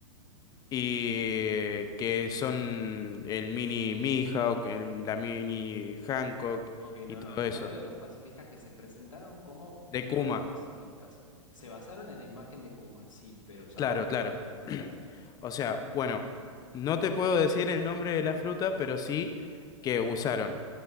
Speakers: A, on the left; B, on the left.
A: y que son el mini Mihawk, el- la mini Hancock
B: Ok, no,
A: y todo
B: no, yo
A: eso.
B: te hablo de los pacifistas que se presentaron como
A: De
B: los
A: Kuma,
B: pacifistas. Se basaron en la imagen de Kuma, sí, pero usaban
A: claro,
B: una
A: claro.
B: fruta en particular.
A: O sea, bueno, no te puedo decir el nombre de la fruta, pero sí que usaron